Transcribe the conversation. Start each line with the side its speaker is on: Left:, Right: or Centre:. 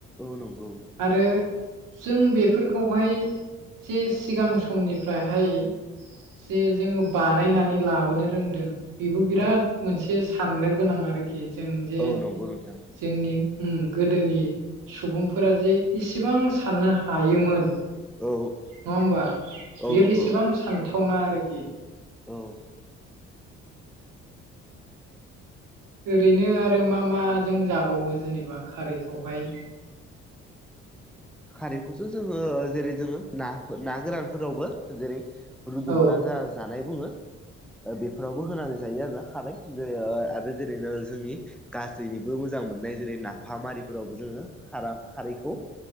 Centre: औ नंगौ
Right: आरो जों बेफोरखौहाय जे सिगां समनिफ्रायहाय जे जोङो बानायनानै लाबोनो रोंदों बेबो बिराद
Centre: औ
Right: मोनसे साननो गोनां आरोखि जों जे
Centre: औ नंगौ नोंथां
Right: जोंनि उम गोदोनि सुबुंफोरा जे इसिबां साननो हायोमोन नङा
Centre: औ
Right: होमबा बेयो
Centre: औ नंगौ
Right: बेसेबां सानथावना आरोखि
Centre: औ
Right: ओरैनो आरो मा माजों जाबावो जेनेबा खारैखौहाय
Centre: खारैखौथ जोङो जेरै जोङो ना ना गोरानफोरावबो जेरै रुदबना
Right: औ
Centre: जा जानाय बुङो ओ बेफोरावबो होनानै जायो आरो ना हानाय जेरै आरो जेरैनो जोंनि गासैनिबो मोजां मोननाय जेरै नाफामारिफोरावबो जोङो खारा खारैखौ